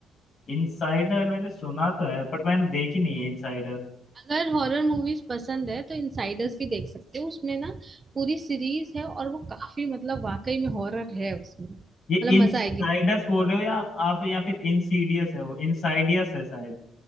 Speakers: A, on the left; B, on the right.
A: इनसाइडर मैंने सुना तो है बट मैंने देखी नहीं है इनसाइडर
B: अगर हॉरर मूवीज पसंद है तो इनसाइडर्स भी देख सकते हो उसमें ना पूरी सीरीज है और वो काफी मतलब वाकई में हॉरर है उसमें मतलब
A: ये इनसाइडर्स
B: मजा आएगी
A: बोल रहे हो या आप, आप या फिर इनसीडियस है वो इनसाइडियस है शायद